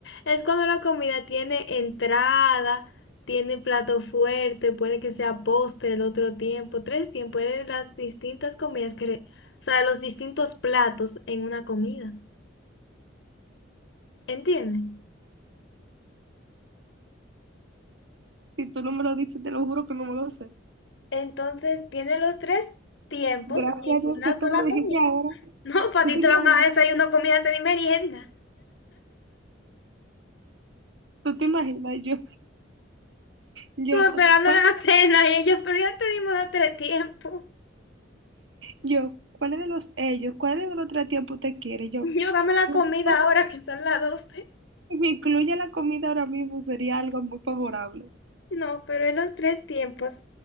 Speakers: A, on the left; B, on the right.
A: es cuando la comida tiene entrada, tiene plato fuerte, puede que sea postre el otro tiempo. Tres tiempos es las distintas comidas que, re- o sea, los distintos platos en una comida. ¿Entienden?
B: Si tú no me lo dices, te lo juro que no me lo sé.
A: Entonces tiene los tres tiempos
B: Gracias
A: en
B: a Dios
A: una
B: que tú
A: sola
B: me lo dijiste
A: comida.
B: ahora.
A: <laughs> No, para
B: ¿Tú
A: ti
B: te
A: te
B: imaginas?
A: van a desayuno, comida, cena y merienda.
B: ¿Tú te imaginas? Yo, yo,
A: Tú esperando
B: ¿cuál,
A: la cena y ellos, pero ya te dimos los tres tiempos.
B: yo, ¿cuál es de los ellos? ¿Cuál es de los tres tiempos usted quiere?
A: <laughs>
B: Yo,
A: Yo dame la
B: <laughs>
A: comida ahora que son las 12.
B: si me incluye la comida ahora mismo, sería algo muy favorable.
A: No, pero en los tres tiempos,